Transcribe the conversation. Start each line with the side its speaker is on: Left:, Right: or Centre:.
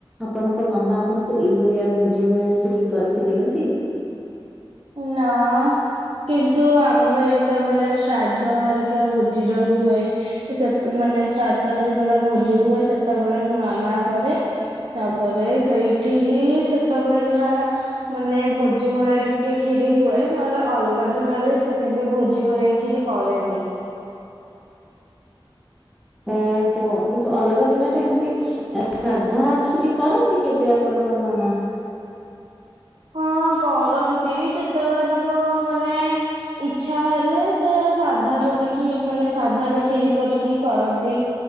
Centre: ଆପଣଙ୍କ ମାମା ଆପଣଙ୍କୁ ଏଇଭଳିଆ ଭୋଜି ଭଳିଆ କ୍ଷିରି କରିକି ଦିଅନ୍ତି। <inaudible>
Right: ନା। କିନ୍ତୁ ଆମର ଯେତେବେଳେ ଶ୍ରାଦ୍ଧ ହରିକା ଭୋଜିରେ ହୁଏ ସେତେ ମା ମାନେ ଶ୍ରାଦ୍ଧ ରେ ଯେତେବେଳେ ଭୋଜି ହୁଏ ସେତେବେଳେ ମୁଁ ମାମା କରେ ତାପରେ ସେଇଠି ଠ ହିଁ ସେତେବେଳେ ଯାହା ମାନେ ଭୋଜି ଭଳି ଟି ଟେ କ୍ଷିରି ହୁଏ ନହେଲେ ଅଲଗା ଦିନରେ ସେ କେବେ ଭୋଜି ଭଳିଆ କ୍ଷିରି କରେନି। <inaudible>
Centre: ଓହୋ କିନ୍ତୁ ଅଲଗା ଦିନରେ ଏମତି ସାଧା ଆଖିରି କରନ୍ତି କେବେ ଆପଣଙ୍କ ମାମା। <inaudible> <inaudible>
Right: ହଁ କରନ୍ତି ଯେତେବେଳେ ତାଙ୍କ ମାନେ ଇଛା ହେଲେ ସେ ଶାଧା କରିକି ମାନେ ସାଧ କ୍ଷିରି କରିକି କରନ୍ତି